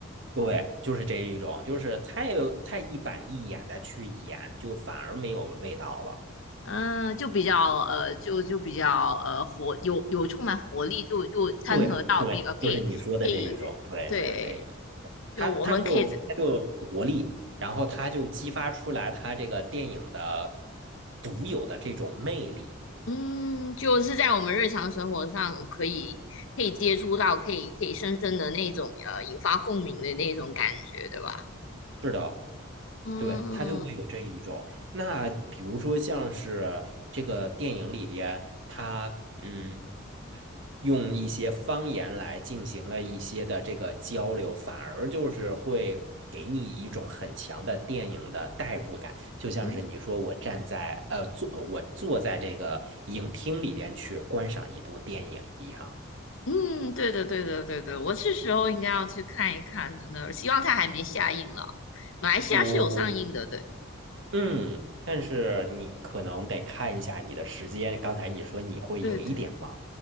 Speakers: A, on the right; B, on the left.
A: 对，就是这一种，就是太太一板一眼的去演，就反而没有味道了。
B: 嗯、就比较呃就就比较呃活有有充满活力，就就掺和到并呃，
A: 对对，
B: 可以可以
A: 就是你说的这一种，对，
B: 对，
A: 就是这一，它它会有它就有活力，
B: 就我们可以在
A: 然后它就激发出来它这个电影的独有的这种魅力。
B: 嗯就是在我们日常生活上可以可以接触到，可以可以深深的那种呃引发共鸣的那种感觉，对吧？
A: 是的。
B: 嗯
A: 对，他就会有这一种。那比如说像是这个电影里边，他嗯，用一些方言来进行了一些的这个交流，反而就是会给你一种很强的电影的代入感。就像是你说我站在呃坐我坐在这个影厅里边去观赏一部电影一样。
B: 嗯。嗯，对的，对的，对的，我是时候应该要去看一看的呢。希望它还没下映了。马来西亚是有上映的，
A: 我
B: 对，
A: 嗯，但是你可能得看一下你的时间。刚才你说你会有一点忙。
B: 对对